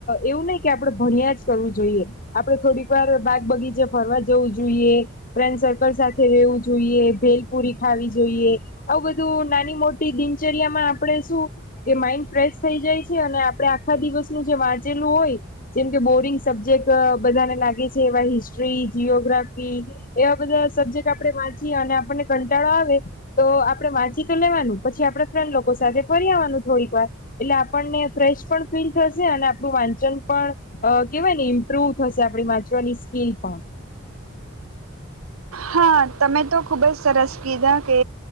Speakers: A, on the left; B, on the right.
A: એવું નહીં કે આપડે ભણ્યા જ કરવું જોઈએ. આપડે થોડીક વાર બાગ બગીચે ફરવા જવું જોઈએ, ફ્રેન્ડ સર્કલ સાથે રહેવું જોઈએ, ભેલપુરી ખાવી જોઈએ, આવું બધું નાની મોટી દિનચર્યામાં આપણે શું કે માઈન્ડ ફ્રેશ થઈ જાય છે, અને આપડે આખા દિવસનું જે વાંચેલું હોય, જેમ કે બોરિંગ સબ્જેક્ટ બધાને લાગે છે, એવા હિ સ્ટ્રી જીઓગ્રાફી એવા બધા સબ્જેક્ટ આપણે વાંચીએ અને આપણને કંટાળો આવે, તો આપણે વાંચી તો લેવાનું પછી આપણે ફ્રેન્ડ લોકો સાથે ફરી આવવાનું થોડીક વાર, એટલે આપણને ફ્રેશ પણ ફીલ થશે અને આપણું વાંચન પણ અ કેહેવાય, ને ઇમ્પ્રુવ થશે આપણી વાંચવાની સ્કીલ હા.
B: હા, તમે તો ખૂબજ સરસ કીધા કે